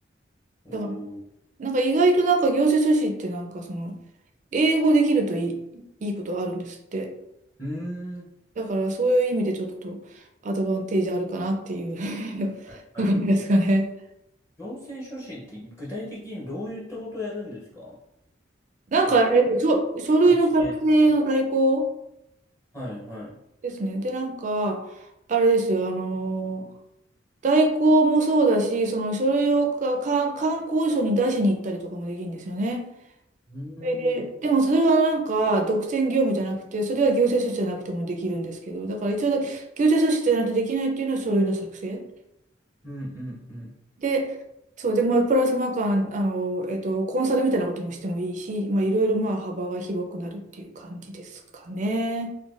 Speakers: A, on the left; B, on the right.
A: えー、
B: だから、なんか意外となんか行政書士ってなんかその、英語できるといい、いいことあるんですって。
A: うーん。
B: だからそういう意味でちょっとアドバンテージあるかなっていう <laughs>
A: はいはい。
B: ところですかね。
A: 行政書士って具体的にどういったことをやるんですか
B: なんかあれ、
A: その党の
B: 書、書類の作成の代行
A: 発言とか。はいはい。う
B: ですね。で、なんか、あれですよ、あの代行もそうだし、その書類をか、か、観光所に出しに行ったりとかもできるんですよね。
A: ーん。
B: それで、でもそれはなんか独占業務じゃなくて、それは行政書士じゃなくてもできるんですけど、だから一応だ、行政書士じゃないとできないっていうのは書類の作成。
A: うんうんうん
B: で、そう、で、まあ、プラスなんか、あの、えっと、コンサルみたいなこともしてもいいし、まあ、いろいろまあ幅が広くなるっていう感じですかね。